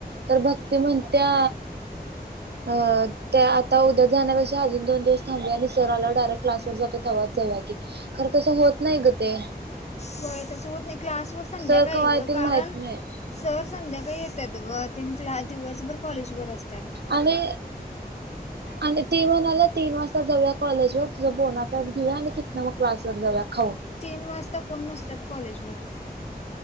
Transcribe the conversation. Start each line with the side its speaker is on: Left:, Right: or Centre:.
Right: तर भक्ती म्हणत्या अ ते आता उद्या जाण्या पेक्षा अजून दोन दिवस थांबले आणि सर आलावर डायरेक्ट क्लासवर जातो तवाच जाऊयाकी खर तसं होत नाही ग ते
Left: व्हय तस होत नाही क्लास वय संध्याकाळी
Right: सर कवा
Left: ग
Right: येतील
Left: कारण
Right: माहित नाही
Left: सर संध्याकाळी येत त्यात तिनी काल दिवसभर कॉलेजवर असतात
Right: आणि आणि ती म्हणाल्यात तीन वाजता जाऊया कॉलेजवर तुझं बोनाफाईड घेऊया आणि तिथन मग क्लासवर जाऊया खाऊन.
Left: तीन वाजता कोण नसत्यात कॉलेजवर